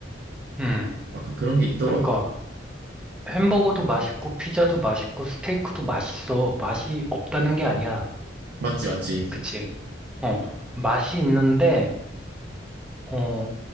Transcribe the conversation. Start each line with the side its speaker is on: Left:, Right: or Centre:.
Centre: 음.
Right: 약간 그런 게 있더라고.
Centre: 그러니까 햄버거도 맛있고 피자도 맛있고 스테이크도 맛있어. 맛이 없다는 게 아니야.
Right: 맞지, 맞지.
Centre: 그치? 어. 맛이 있는데 어,